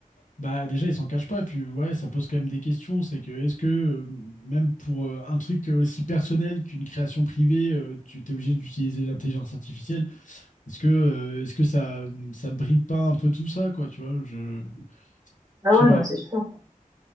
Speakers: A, on the left (about 60°); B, on the right (about 25°).
A: Bah, déjà, ils s'en cachent pas. Puis, ouais, ça pose quand même des questions. C'est que, est-ce que, euh, même pour euh, un truc aussi personnel qu'une création privée, euh, tu t'es obligé d'utiliser l'intelligence artificielle? Est-ce que, euh, est-ce que ça, ça bride pas un peu tout ça, quoi, tu vois, je,
B: Ah
A: je
B: ouais,
A: sais pas.
B: non, mais c'est sûr.